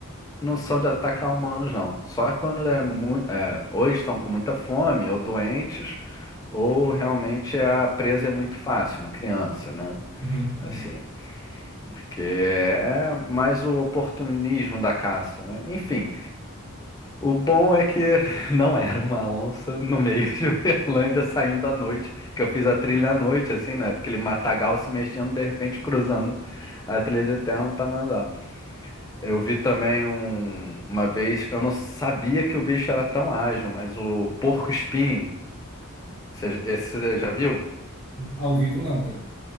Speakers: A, on the left (about 15°); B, on the right (about 65°).
A: não são de atacar humanos, não. Só quando é muito. É, ou estão com muita fome, ou doentes, ou realmente a presa é muito fácil, uma criança, né?
B: Uhum,
A: Assim. Porque é mais o oportunismo da caça, né? Enfim. O bom é que <laughs> não era uma onça no meio de Uberlândia saindo à noite, que eu fiz a trilha à noite, assim, né? Aquele matagal se mexendo, de repente cruzando a trilha de terra um tamanduá. Eu vi também um, uma vez, eu não sabia que o bicho era tão ágil, mas o porco-espinho, você- esse você já viu?
B: Hum, Ao vivo não, cara.